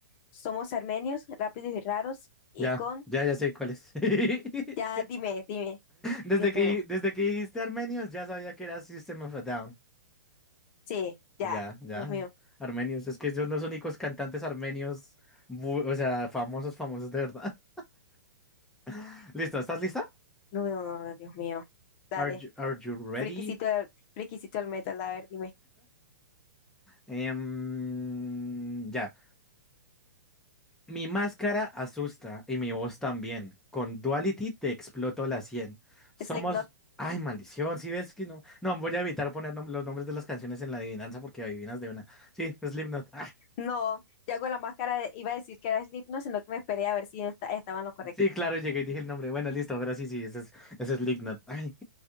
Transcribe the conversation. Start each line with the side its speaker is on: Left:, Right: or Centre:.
Left: Somos armenios, rápidos y raros, y
Centre: Ya,
Left: con,
Centre: ya, ya sé cuál es. <laughs>
Left: ya, dime, dime,
Centre: Desde
Left: Dios
Centre: que,
Left: mío,
Centre: desde que dijiste armenios, ya sabía que era System of a Down.
Left: sí,
Centre: Ya,
Left: ya,
Centre: ya.
Left: Dios mío.
Centre: Armenios, es que son los únicos cantantes armenios, bu- o sea, famosos, famosos de verdad. <laughs> ¿Listo? ¿Estás lista?
Left: No, no, no, no, Dios mío. Dale,
Centre: Are you, are you ready?
Left: friquisito, del- friquisito del metal, a ver, dime.
Centre: Em, ya. Mi máscara asusta y mi voz también. Con Duality te exploto la 100. Somos...
Left: Slipknot.
Centre: Ay, maldición, si ves que no... No, voy a evitar poner nom- los nombres de las canciones en la adivinanza porque adivinas de una. Sí, Slipknot. Ah,
Left: No, ya con la máscara de- iba a decir que era Slipknot, sino que me esperé a ver si esta- estaba en lo correcto.
Centre: sí, claro, llegué y dije el nombre. Bueno, listo, pero sí, sí, ese es, ese es Slipknot. Ay,